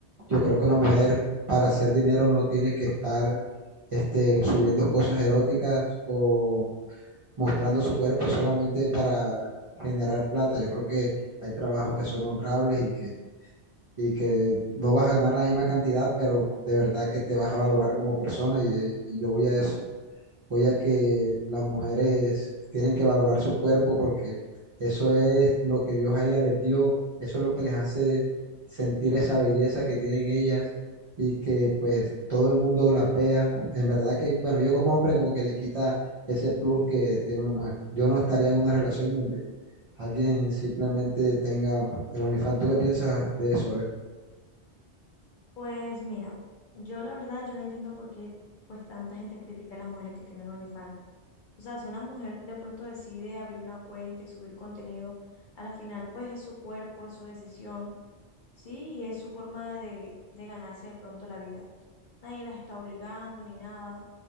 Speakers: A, on the right; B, on the left.
A: Yo creo
B: ¿Y por
A: que una mujer
B: qué?
A: para hacer dinero no tiene que estar este, subiendo cosas eróticas o mostrando su cuerpo solamente para generar plata. Yo creo que hay trabajos que son honrables y que y que no vas a ganar la misma cantidad, pero de verdad que te vas a valorar como persona y, eh, y yo voy a eso, voy a que las mujeres tienen que valorar su cuerpo porque eso es lo que Dios a ellas les dio, eso es lo que les hace sentir esa belleza que tienen ellas y que pues todo el mundo las vea. En verdad que, bueno, yo como hombre como que le quita ese plus que tiene una mujer. Yo no estaría en una relación donde alguien simplemente tenga el OnlyFans. ¿Tú qué piensas de eso?
B: Pues mira, yo la verdad, yo no entiendo por qué pues tanta gente critica a las mujeres que tienen OnlyFans. O sea, si una mujer de pronto decide abrir una cuenta y subir contenido, a la final pues es su cuerpo, es su decisión, ¿sí? Y es su forma de, de ganarse de pronto la vida. Nadie las está obligando ni nada.